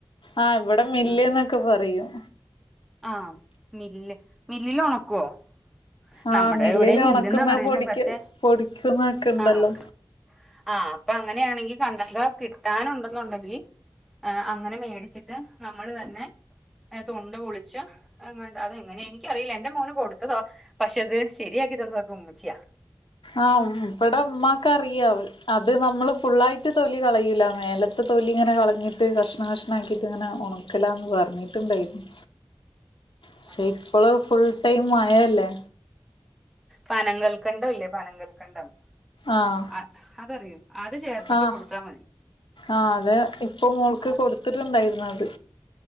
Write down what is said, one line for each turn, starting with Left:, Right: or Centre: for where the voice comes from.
Left: ആഹ് ഇവിടെ മില്ല്
Centre: ആ
Left: ന്നൊക്കെ പറയും
Centre: ആഹ്. മില്ല് മില്ലില് ഒണക്കുവോ
Left: ആഹ്
Centre: നമ്മടെ
Left: മില്ലില്
Centre: എവിടേം മില്ല്ന്നാ
Left: ഒണക്കുന്ന
Centre: പറയ്ന്നെ
Left: പൊടിക്ക്
Centre: പക്ഷെ
Left: പൊടിക്കുന്നൊക്കെ ഇണ്ടല്ലോ
Centre: ആഹ് ആഹ് അപ്പം അങ്ങനെയാണങ്കി കണ്ണക്ക കിട്ടാനുണ്ടെങ്കിൽ അങ്ങനെ മേടിച്ചിട്ട് നമ്മള് തന്നെ തൊണ്ട് പൊളിച്ച് അങ്ങ അത് എങ്ങനെ എനിക്കറിയില്ല എന്റെ മോന് കൊടുത്തതാ പക്ഷെ ശരിയാക്കി തന്നത് ഒക്കെ ഉമ്മച്ചിയാ
Left: ആഹ് ഇപ്പടെ ഉമ്മാക്ക അറിയ അത് നമ്മള് ഫുള്ളായിട്ട് തൊലി കളയൂല മേലത്തെ തൊലി ഇങ്ങനെ കളഞ്ഞിട്ട് കഷ്ണ കഷ്ണം ആക്കിയിട്ട് ഇങ്ങനെ ഉണ ഒക്കല്ലന്ന് പറഞ്ഞിട്ടുണ്ടായിരുനു പക്ഷെ
Centre: ആ,
Left: ഇപ്പള് ഫുൾടൈം മഴയല്ലേ
Centre: പനങ്ങൾകണ്ടം ഇല്ലേ പനങ്ങൾക്കണ്ടും
Left: ആഹ്
Centre: അ അതറിയോ അത് ചേർത്തിട്ട്
Left: ആഹ്
Centre: കൊടുത്താൽ മതി
Left: ആഹ് അത് ഇപ്പൊ മോൾക്ക്
Centre: അത്
Left: കൊടുത്തിട്ടുണ്ടായിരുന്നു അത്